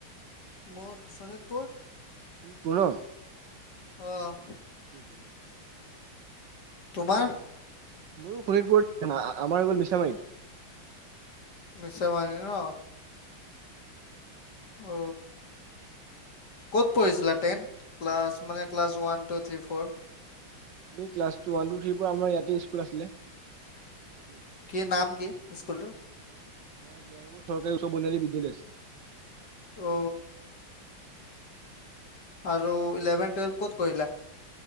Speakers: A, on the left; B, on the right.
A: মোৰ শোণিতপুৰ
B: শোণিতপুৰ ন
A: অ
B: ঠিকেইে ঠিকেইে ঠিকে আছে।
A: তোমাৰ
B: মোৰো শোণিতপুৰত আমাৰ হৈ গ'ল মিছামাৰত।
A: মিছামাৰিত ন অ ক'ত পঢ়িছিলা টেন ক্লাছ মানে class one two three four.
B: অ ক্লাছটো ওৱান টু থ্ৰীৰ পৰা আম ইয়াতে স্কুল আছিলে। পঢ়িছিলো।
A: কি নাম কি স্কুলটো।
B: আম জপ চহকাৰী উৎস বনী বিদ্যালয় আছে
A: অ আৰু ইলেভেন টুৱেলভ ক'ত কৰিলা